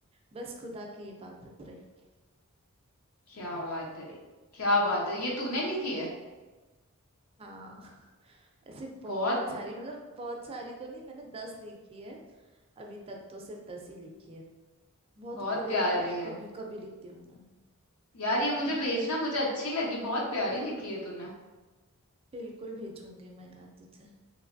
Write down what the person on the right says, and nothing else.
बस खुदा की इबादत रही
हाँ <laughs> ऐसे बहुत
सारी मतलब बहुत सारी तो नहीं मैंने दस लिखी है अभी तक तो सिर्फ दस ही लिखी है बहुत
रेयर
कभी कभी लिखती हूँ मैं
बिल्कुल भेजूंगी मैं यार तुझे